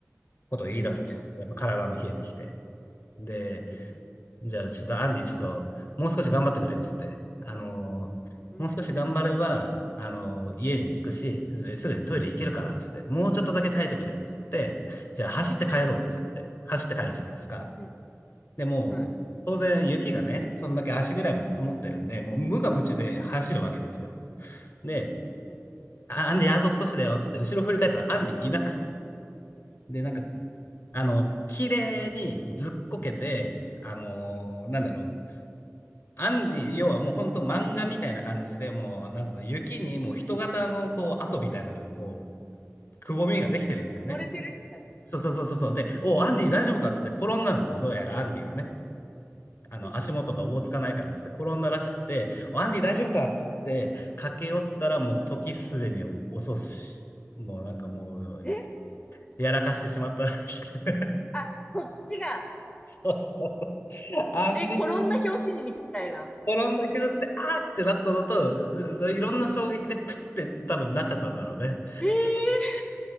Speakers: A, on the left; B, on the left.
A: ことを言い出そう。
B: うん。
A: やっぱ体も冷えてきて。で、
B: うんうん
A: じゃあちょっとアンディちょっと、もう少し頑張ってくれっつって、あの、
B: うん。
A: もう少し頑張れば、
B: うん。
A: あの、家に着くし、すすぐにトイレ行けるからっつって、
B: うん。
A: もうちょっとだけ耐えてくれっつって、じゃあ走って帰ろうっつって、
B: うん。
A: 走って帰るじゃないですか。
B: うん。
A: で、もう、
B: はい。
A: 当然雪がね、そんだけ足ぐらいまで積もってるんで、もう無我夢中で走るわけですよ。で、
B: うんうん。
A: あアンディ、あと少しだよ、つって、後ろ振り返ったらアンディいなくて。で、なんか、あの、綺麗にずっこけて、あのーなんだろう。アンディ、要はもうほんと漫画みたいな感じで、もう、なんつうの、雪にもう人型のこう、跡みたいなのがこう、くぼみができてるんですよね。
B: 漏れてる。
A: そうそうそうそうそう。で、おう、アンディ大丈夫かっつって転んだんですよ。どうやらアンディはね。あの、
B: うんうん。
A: 足元がおぼつかないからっつって転んだらしくて、アンディ大丈夫かっつって駆け寄ったらもう時すでに遅し、もうなんかもう、
B: え
A: やらかしてしまったらしくて。<laughs>
B: あ、そっちが。
A: そうそうそう。アンディ、
B: え、転んだ拍子にみたいな。
A: 転んだ拍子で、あーってなったのと、いろんな衝撃でプッて多分なっちゃったんだろうね。
B: えー、